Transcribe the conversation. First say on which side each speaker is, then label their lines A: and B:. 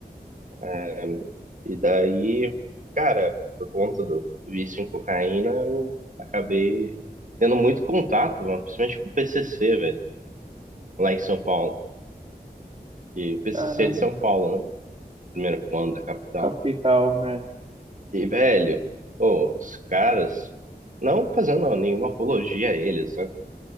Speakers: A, on the right; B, on the right.
A: Um, E daí, cara, por conta do vício em cocaína, eu acabei tendo muito contato, mano, principalmente com o PCC, velho, lá em São Paulo. E o PCC
B: Caramba,
A: é de São Paulo, né? Primeiro comando da capital.
B: capital, né?
A: E, velho, pô, os caras, não fazendo nenhuma apologia a eles, né?